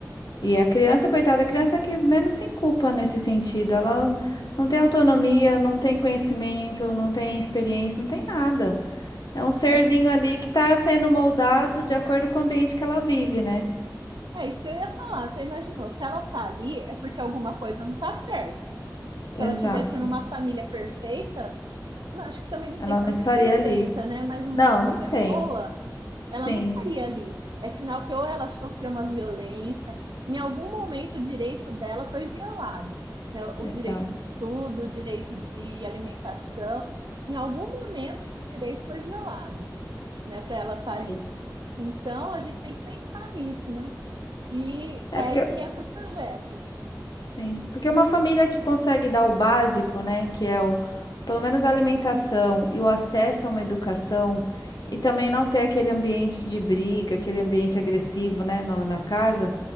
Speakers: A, on the left; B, on the right.
A: E a criança, coitada, a criança é que menos tem culpa nesse sentido. Ela não tem autonomia, não tem conhecimento, não tem experiência, não tem nada. É um serzinho
B: é,
A: ali que está sendo moldado de acordo com o ambiente que ela vive, né?
B: é isso que eu ia falar. Você imaginou, se ela tá ali, é porque alguma coisa não tá certa. Se
A: Exato.
B: ela tivesse numa família perfeita, não, acho que também não
A: Ela
B: tem família
A: não estaria
B: perfeita,
A: ali.
B: né? Mas uma
A: Não,
B: família
A: não tem.
B: boa, ela
A: Sim,
B: não estaria ali. É sinal que ou ela sofreu uma violência, em algum momento o direito dela foi violado, né? O
A: exato.
B: direito de estudo, o direito de alimentação, em algum momento esse direito foi violado, né? Para ela estar
A: Sim.
B: ali. Então a gente tem que pensar nisso, né? E é
A: É
B: aí
A: porque
B: que entra o projeto.
A: Sim, porque uma família que consegue dar o básico, né, que é o, pelo menos a alimentação e o acesso a uma educação, e também não ter aquele ambiente de briga, aquele ambiente agressivo, né, no- na casa,